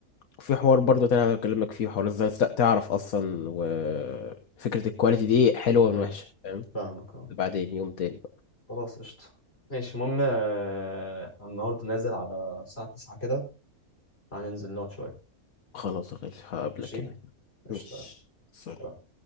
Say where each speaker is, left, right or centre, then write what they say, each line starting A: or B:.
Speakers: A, on the left; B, on the left.
A: في حوار برضو تاني انا بكلمك فيه حوار ازاي لا تعرف اصلا وفكرة الكواليتي دي حلوة
B: امم
A: من وحشة فاهم
B: فاهمك اه
A: بعدين يوم تاني
B: خلاص قشطه ماشي المهم آه، احنا النهارده نازل على الساعه 9 كده هننزل نقعد شويه
A: خلاص يا غالي هقابلك
B: ماشي
A: هناك
B: قشطه
A: ماشي سلام
B: يلا.